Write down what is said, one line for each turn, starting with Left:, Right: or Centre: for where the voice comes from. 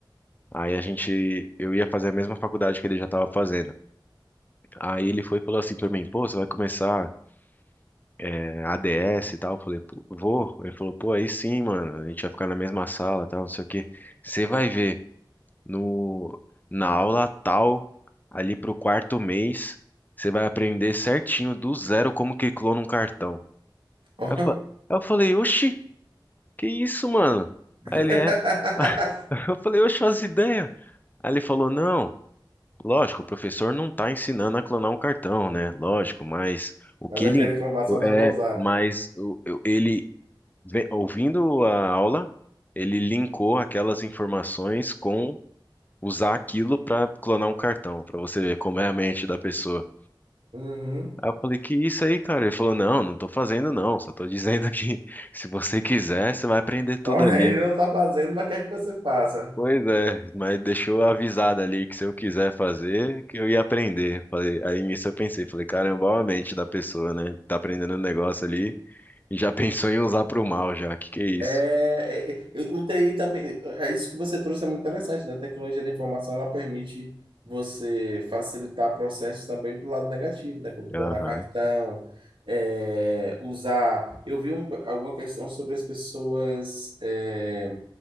Left: Aí a gente, eu ia fazer a mesma faculdade que ele já tava fazendo. Aí ele foi e falou assim pra mim, pô, você vai começar eh, ADS e tal? Eu falei, pô, vou. Ele falou, pô, aí sim, mano, a gente vai ficar na mesma sala e tal, não sei o quê. Você vai ver. no, na aula tal, ali pro quarto mês, você vai aprender certinho do zero como que clona um cartão.
Right: Ó.
Left: Eu, fa- eu falei, oxi, que isso, mano?
Right: <laughs>
Left: Aí ele é. <laughs> Eu falei, oxe, as ideias. Aí ele falou, não, lógico, o professor não tá ensinando a clonar um cartão, né? Lógico, mas o
Right: Mas
Left: que
Right: aquela
Left: ele.
Right: informação
Left: o-
Right: dá
Left: É,
Right: para usar,
Left: mas
Right: né?
Left: o- eu- ele, ve- ouvindo a aula, ele linkou aquelas informações com usar aquilo pra clonar um cartão, pra você ver como é a mente da pessoa.
Right: Uhum.
Left: Aí eu falei, que isso aí, cara? Ele falou, não, não tô fazendo não, só tô dizendo que <laughs> se você quiser, você vai aprender tudo
Right: Olha,
Left: ali.
Right: ele não está fazendo, mas quer que você faça.
Left: Pois é, mas deixou avisado ali que se eu quiser fazer, que eu ia aprender. Falei, aí nisso eu pensei, falei, caramba, olha a mente da pessoa, né? Tá aprendendo um negócio ali e já <laughs> pensou em usar pro mal já, que que é isso?
Right: É, é, é, o TI também, é isso que você trouxe é muito interessante, né? A tecnologia da informação, ela permite você facilitar processos também para o lado negativo, né? Como clonar
Left: Aham.
Right: cartão, é, usar... Eu vi um- alguma questão sobre as pessoas é,